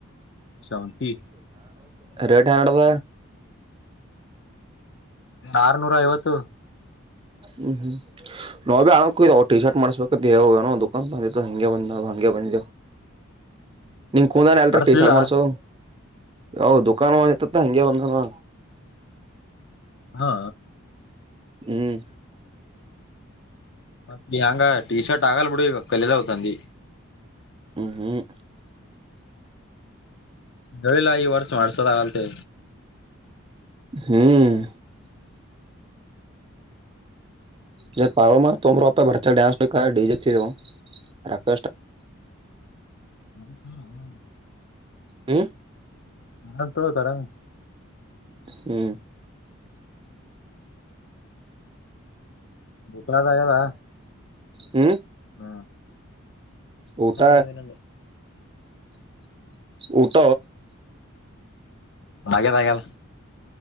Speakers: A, on the left (about 55°); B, on the right (about 25°).
A: ಶಾವಂತಿ
B: ರೇಟ್ ಹಡದ
A: ಆರ್ನೂರ ಐವತ್ತು
B: ಹ್ಮ್ ಹ್ಮ್ ನೋ ಭ ಆವು ಟಿ ಶರ್ಟ್ ಮಾಡ್ಸ್ಬೇಕೇವುಏನೋ ದುಕಾನ್ ಬಂದ ಹಂಗೆ ಬಂದಾವ್ ಹಂಗೆ ಬಂದವು ಹ್ಮ ನಿನ್ ಕೂಂದಾನ ಎಲ್
A: ಮಾಡಸ್ಲಿಲ್ಲ
B: ಟೀ ಶಾರ್ ಮಾಡ್ಸೋ ಅ ದುಕಾ ಬಂದಿತ್ತತ್ತ ಹಂಗಗೆ ಬಂದನು
A: ಹಾ
B: ಹ್ಮ್
A: ಮತ್ತ ಹೆಂಗ ಟೀ ಶರ್ಟ್ ಆಗಲ್ ಬಿಡಿ ಕಲದಾವತಂದಿ
B: ಹ್ಮ್ ಹ್ಮ್
A: ಬೆಳಿಲ್ಲ ಈ ವರ್ಷ ಮಾಡ್ಸದಾಗಲ್ತೆ
B: ಹ್ಮ್ ಜ ಪಾವ ಅಮರ ಭರ್ತ ನ್ಸ್ ಡಿಜೆಕ್ ರಕಷ್ಟ
A: ಬಪಾರ <inaudible>
B: ಹ್ಮ
A: ನಾ ತೋತರಂಗ
B: ಹ್ಮ್
A: ಬೂತಲದಗಾವ
B: ಹ್ಮ
A: ಹ್ಮ
B: ಊಟ
A: ಅದೆ ಅದೇ ನ
B: ಊಟ
A: ಆಗಿದೆ ಆಗಿದೆ